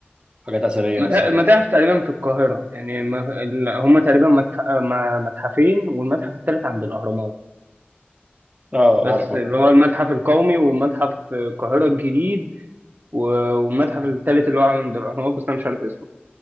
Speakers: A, on the right; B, on the right.
A: حاجات اثريه
B: متا-
A: مثلا
B: متاحف تقريبا في القاهرة يعني ما- ال- هما تقريبا متح... ما- متحفين والمتحف التالت عند الأهرامات
A: اه
B: بس
A: عارفه
B: اللي
A: اه
B: هو المتحف القومي ومتحف القاهرة الجديد و- والمتحف
A: مم.
B: التالت اللي هو عند الأهرامات بس أنا مش عارف اسمه